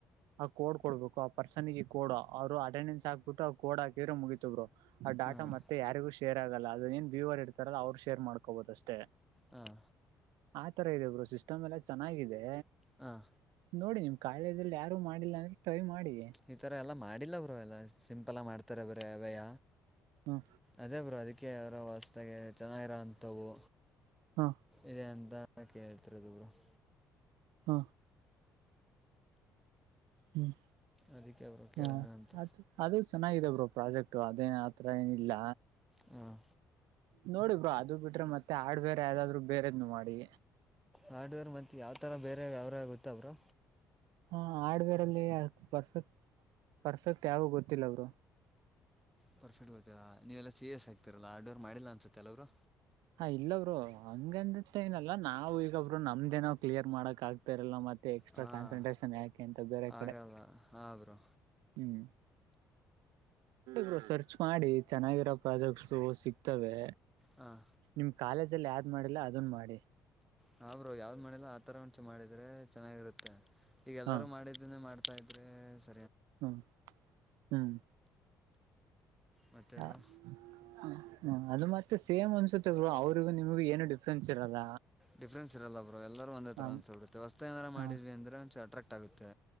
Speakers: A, on the right (about 90°); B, in the centre.
A: ಆ ಕೋಡ್ ಕೊಡ್ಬೇಕು ಆ ಪರ್ಸನ್ಗೆ ಕೋಡ್ ಅವರು ಅಟೆಂಡೆನ್ಸ್ ಹಾಕ್ಬಿಟ್ಟು ಆ ಕೋಡ್ ಹಾಕಿರೆ ಮುಗಿತವ್ರು. ಡಾಟಾ
B: ಹಾಂ
A: ಮತ್ತೆ ಯಾರಿಗೂ ಶೇರ್ ಆಗಲ್ಲ ಅದು ಏನ್ ವ್ಯೂವರ್ ಇರ್ತಾರಲ್ಲ ಅವ್ರು ಶೇರ್ ಮಾಡ್ಕೋಬಹುದು ಅಷ್ಟೇ.
B: ಹಾಂ
A: ಆತರ ಇದೆ ಭ್ರೂ ಸಿಸ್ಟಮ್ ಎಲ್ಲ ಚೆನ್ನಾಗಿದೆ.
B: ಹಾಂ
A: ನೋಡಿ ನಿಮ್ ಕಾರ್ಯದಲ್ ಯಾರು ಮಾಡಿಲ್ಲ ಅಂದ್ರೆ ಟ್ರೈ ಮಾಡಿ.
B: ಈ ಥರ ಎಲ್ಲ ಮಾಡಿಲ್ಲ ಬ್ರೋ ಅದ ಎಲ್ಲ ಸಿಂಪಲ ಮಾಡ್ತಾರೆ ಅದ್ರ <unintelligible>
A: ಹ
B: ಅದೇ ಬ್ರೋ ಅದಿಕ್ಕೆ ಅವರ ವಸ್ತಾಗೆ ಚೆನ್ನಾಗಿರೋಂಥವು.
A: ಹ
B: ಇದೆ ಎಂತ ಕೇಳ್ತರೆ <unintelligible>
A: ಹ ಹ್ಮ್
B: ಅದಕ್ಕೆ ಬ್ರೋ ಕೇಳಣ
A: ಹ
B: ಅಂತ.
A: ಅದು ಅದು ಚೆನ್ನಾಗಿದೆ ಬ್ರೋ ಪ್ರಾಜೆಕ್ಟ್ ಅದೇನ್ ಆತರ ಏನಿಲ್ಲ.
B: ಹ್ಮ್
A: ನೋಡಿ ಬ್ರೋ ಅದು ಬಿಟ್ರೆ ಮತ್ತೆ ಹಾರ್ಡ್ ವೇರ್ ಯಾವ್ದಾದ್ರು ಬೇರೆದ್ನು ಮಾಡಿ.
B: ಹಾರ್ಡ್ವೇರ್ ಮತ್ತು ಯಾವ ಥರ ಬೇರೆ ಯಾವರ ಗೊತ್ತ ಬ್ರೋ.
A: ಹಾರ್ಡ್ವೆರಲ್ಲಿ ಪರ್ಫೆಕ್ಟ್ ಪರ್ಫೆಕ್ಟ್ ಯಾವ್ದ್ ಗೊತ್ತಿಲ್ಲ ಬ್ರೋ.
B: ಪರ್ಫೆಕ್ಟ್ ಗೊತ್ತಿಲ್ಲ ನೀವೆಲ್ಲ ಸೀ ಎಸ್ ಆಗ್ತಿರಲ್ಲ ಆ ಡೋರ್ ಮಾಡಿಲ್ಲ ಅನ್ಸುತ್ತೆ ಅಲ್ಲ ಬ್ರೋ
A: ಹಾ ಇಲ್ಲ ಬ್ರೋ ಹಂಗಂದತ್ತ ಏನಲ್ಲಾ ನಾವಿಗ ಬ್ರೊ ನಮ್ದೇನೋ ಕ್ಲಿಯರ್ ಮಾಡಕ್ ಆಗ್ತರಲ್ಲ ಮ ಎಕ್ಸ್ಟ್ರಾ
B: ಹಾಂ
A: ಕಾನ್ಸಂಟ್ರೇಷನ್ ಯಾಕೆ ಅಂತ ಬೇರೆ ಕಡೆ
B: ಆಗಲ್ಲ ಹಾಂ ಬ್ರೋ
A: ಹ್ಮ್. ಬ್ರೋ ಸರ್ಚ್ ಮಾಡಿ ಚೆನ್ನಾಗಿರೋ ಪ್ರಾಜೆಕ್ಟ್ಸು ಸಿಗ್ತವೆ.
B: ಹಾಂ
A: ನಿಮ್ ಕಾಲೇಜಲ್ಲಿ ಯಾವ್ದ್ ಮಾಡಿಲ್ಲ ಅದುನ್ ಮಾಡಿ.
B: ಹ ಬ್ರೋ ಯಾವ್ದ್ ಮಾಡಿಲ್ಲ ಆತರ ಉಂಚ ಮಾಡಿದ್ರೆ ಚೆನ್ನಾಗಿರುತ್ತೆ ಈಗ ಎಲ್ಲಾರೂ
A: ಹಾ
B: ಮಾಡಿದ್ದುನ್ನೇ ಮಾಡ್ ತ ಇದ್ರೆಸ್
A: ಹ್ಮ ಹ್ಮ್
B: ಮತ್ತೆ
A: ಯಾ
B: ಬ್ರೋ
A: ಆ ಹ್ಮ ಅದು ಮತ್ತೆ ಸೇಮ್ ಅನ್ಸುತ್ತೆ ಬ್ರೋ ಅವ್ರಿಗು ನಿಮಗು ಏನು ಡಿಫ್ರೆನ್ಸ್ ಇರಲ್ಲ.
B: ಡಿಫ್ರೆನ್ಸ್ ಇರಲ್ಲ ಬ್ರೋ ಎಲ್ಲರೂ ಒಂದೇ ಥರ
A: ಹ
B: ಅನ್ಸ್ ಬಿಡುತ್ತೆ ಹೊಸ್ತ್ ಏನಾರ ಮಾಡಿದ್ವಿ
A: ಹಾ
B: ಅಂದ್ರೆ ಒಂಚುರ್ ಅಟ್ರ್ಯಾಕ್ಟ್ ಆಗುತ್ತೆ.